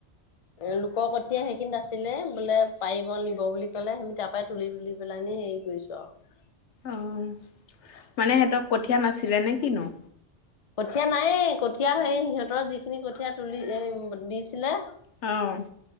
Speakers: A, on the left; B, on the left.
A: এ লোকৰ কঠীয়াই সেইখিনিত আছিলে বোলে পাৰিব নিব বুলি ক'লে আমি তাৰ পৰাই তুলি - তুলি পেলাই নি হেৰি কৰিছোঁ', ক?
B: অহ', মানে সিহঁতৰ কঠীয়া নাছিলে নে কিনো?
A: কঠীয়া নাই কঠীয়া হেৰি সিহঁতৰ যিখিনি কঠীয়া তুলি এ', - উম', -ব', দিছিলে',
B: হয়',